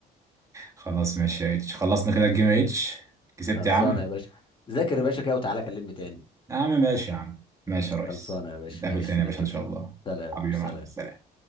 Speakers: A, on the right (about 20°); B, on the left (about 30°).
A: خلاص ماشي يا اتش خلصنا كده الجيم يا اتش كسبت
B: خلصانه
A: يا عم
B: يا باشا ذاكر يا باشا كده وتعالى كلمني تاني
A: يا عم ماشي يا عم ماشي يا ريس
B: خلصانه يا باشا
A: نتقابل
B: ماشي
A: تاني يا
B: تتفق
A: باشا ان شاء الله
B: سلام
A: حبيبي
B: سلام
A: يا معلم سلام